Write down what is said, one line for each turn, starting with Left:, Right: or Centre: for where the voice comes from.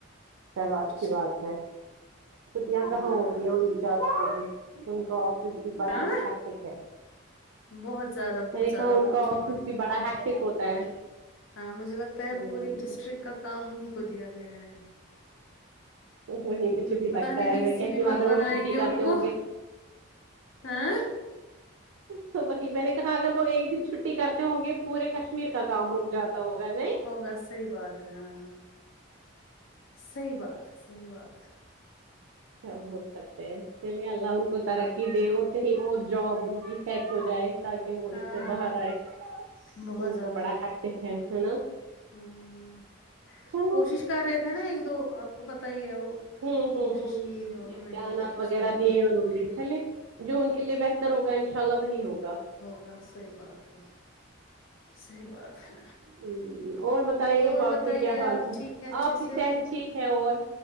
Right: چلو
Left: کچھ
Right: اچھی بات ہے چٹیاں
Left: ہاں
Right: کہاں ہوتی ہیں ان بچاروں سے بھی ان کا اس کی بڑا
Left: ہاں
Right: ہٹک ہے
Left: بہت زیادہ
Right: میں
Left: بہت
Right: نے
Left: زیادہ
Right: کہا ان
Left: پوچھو
Right: کا آفس
Left: مت
Right: بھی بڑا ہیکٹیک ہوتا ہے
Left: ہاں مجھے لگتا ہے
Right: ہوں
Left: پورے ڈسٹرکٹ کا کام انیں کو دیا گیا ہے
Right: وہ مجھے بھی لگتا
Left: پتا نہیں
Right: ہے
Left: ڈی
Right: میں
Left: سی
Right: کہتی
Left: بی
Right: ہوں
Left: مت
Right: اگر
Left: بنائیں
Right: وہ چھٹی
Left: گے ان
Right: کرتے
Left: کو
Right: ہوگے
Left: ہاں
Right: تو وہی میں نے کہا اگر وہ ایک دن چھٹی کرتے ہوں گے پورے کشمیر کا کام رک جاتا ہوگا نہیں
Left: ہوگا صحیح بات ہے ہاں صحیح بات ہے صحیح بات ہے
Right: کیا بول سکتے ہیں چلیے اللہ ان کو ترقی دے اور کہیں اور جاب ان کی سیٹ ہو جائے تاکہ کہ وہ
Left: ہاں
Right: اس سے باہر آئے
Left: بہت
Right: ان
Left: زیادہ
Right: کو بڑا ہیکٹک ایک ہے نا
Left: ہوں
Right: چلو
Left: کوشش کر رہے تھے نا ایک دو آپ کو پتا ہی ہے وہ
Right: امم امم
Left: کوشش
Right: ہاں
Left: کی ہے انہوں
Right: امتحانات
Left: نے ایک دو اس
Right: وغیرہ
Left: میں
Right: دیے انہوں
Left: کیونکہ
Right: نے چلے جو ان کے لیے بہتر ہوگا ان شاء اللہ وہی ہوگا
Left: بس صحیح بات ہے صحیح بات ہے
Right: امم اور بتائیے
Left: اور
Right: باقی
Left: بتائیے
Right: کیا
Left: آپ
Right: حال چال
Left: ٹھیک ہے اچھے
Right: آپ
Left: سے
Right: کی صحت ٹھیک ہے اور